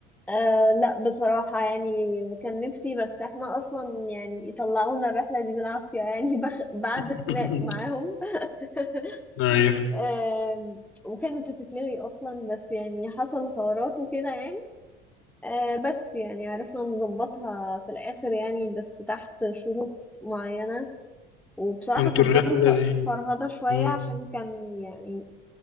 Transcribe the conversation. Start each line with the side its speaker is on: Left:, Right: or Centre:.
Centre: آه لا بصراحة يعني كان نفسي بس احنا أصلا يعني طلعونا الرحلة دي بالعافية يعني بخ بعد
Left: <laughs>
Centre: خناق معاهم <laughs>
Left: ايوه
Centre: آم، وكانت هتتلغي اصلا بس يعني حصل حوارات وكده يعني آه، بس يعني عرفنا نظبطها في الاخر يعني بس تحت شروط معينة وبصراحة
Left: وانتوا
Centre: كانت
Left: الرحله
Centre: برضو ف-
Left: دي
Centre: فرهضة شوية
Left: مم.
Centre: عشان كان يعني